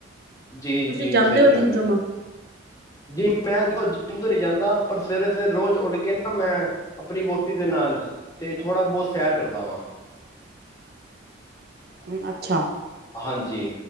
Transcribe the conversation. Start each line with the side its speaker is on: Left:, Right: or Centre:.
Left: ਜੀ-
Right: ਤੁਸੀਂ
Left: ਜੀ
Right: ਜਾਂਦੇ
Left: ਸਹੀ
Right: ਹੋ
Left: ਕਹਿੰਦੇ
Right: ਜਿੰਮ ਜੁਮ?
Left: ਨੇ, ਜੀ ਮੈਂ ਦੇੋ ਜਿਮ ਤੇ ਨਹੀਂ ਜਾਂਦਾ, ਪਰ ਸਵੇਰੇ- ਸਵੇਰੇ ਰੋਜ਼ ਉੱਠ ਕੇ ਨਾ, ਮੈਂ ਆਪਣੀ ਵਹੁਟੀ ਦੇ ਨਾਲ ਤੇ ਥੋੜ੍ਹਾ ਬਹੁਤ ਸੈਰ ਕਰਦਾ ਵਾਂ।
Right: ਹਮ ਅੱਛਾ <inaudible>
Left: ਹਾਂਜੀ।